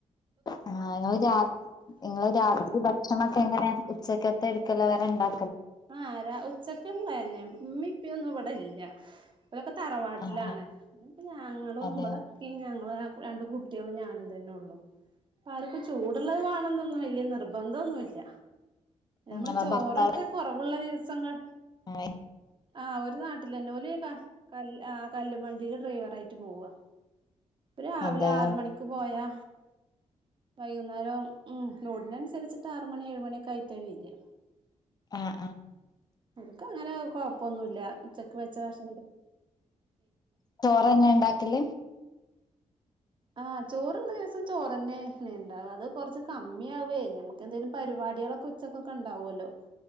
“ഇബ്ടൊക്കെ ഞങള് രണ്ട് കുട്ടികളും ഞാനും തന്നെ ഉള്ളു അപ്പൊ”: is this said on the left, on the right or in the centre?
Right